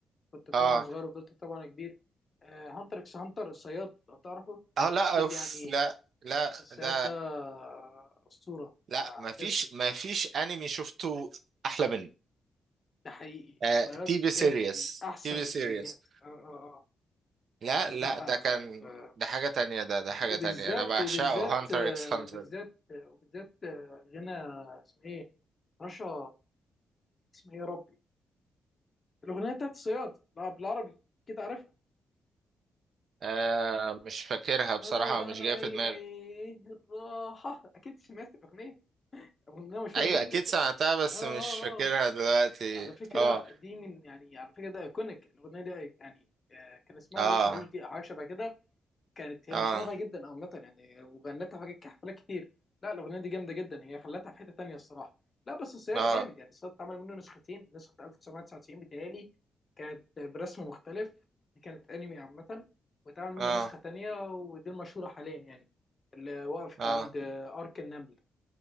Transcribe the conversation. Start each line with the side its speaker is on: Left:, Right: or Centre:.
Left: كنت طبعا
Right: اه
Left: صغير وفضلت طبعا كبير آه، هانتر اكس هانتر الصياد لو تعرفه
Right: اه لا
Left: واكيد
Right: اوف
Left: يعني
Right: لا لا
Left: في الصياد
Right: ده
Left: ده آه، اسطوره
Right: لا
Left: آه،
Right: مفيش
Left: بجد
Right: مفيش انمي شفته احلى منه
Left: ده حقيقي
Right: آه
Left: الصياد
Right: تي في
Left: بجد
Right: سيريس
Left: من احسن
Right: تي في
Left: الانميات
Right: سيريس
Left: اه اه اه
Right: لا
Left: يعني
Right: لا
Left: لا
Right: ده كان
Left: ال- آه،
Right: ده حاجة تانية ده ده حاجة
Left: وبالذات
Right: تانية انا بعشقه
Left: وبالذات
Right: هانتر
Left: آه،
Right: اكس هانتر
Left: وبالذات آه، وبالذات آه، غنى اسمه ايه رشا اسمه ايه يا ربي الاغنيه بتاعت الصياد لا، بالعربي كده عارفها
Right: آه مش فاكرها
Left: ابعد
Right: بصراحة
Left: عن
Right: مش
Left: عيني
Right: جاية في دماغي
Left: الراحه اكيد سمعت الاغنيه اغنيه مشهوره
Right: ايوه
Left: جدا
Right: اكيد سمعتها بس
Left: اه اه
Right: مش فاكرها
Left: اه
Right: دلوقتي
Left: على فكره
Right: اه
Left: دي من يعني على فكره ده ايكونيك الاغنيه دي يعني آه، كان اسمها
Right: اه
Left: رشا رشدي او حاجه شبه كده كانت هي
Right: اه
Left: مشهوره بقى جدا عامه يعني وغنتها في حفلات كتير لا الاغنيه دي جامده جدا هي خلتها في حته تانيه الصراحه لا بس الصياد
Right: اه
Left: جامد يعني الصياد اتعمل منه نسختين نسخه 1999 بتهيألي كانت برسم مختلف دي كانت انمي عامه واتعمل منه
Right: اه
Left: نسخه تانيه ودي المشهوره حاليا يعني اللي وقفت
Right: اه
Left: عند آه، ارك النمل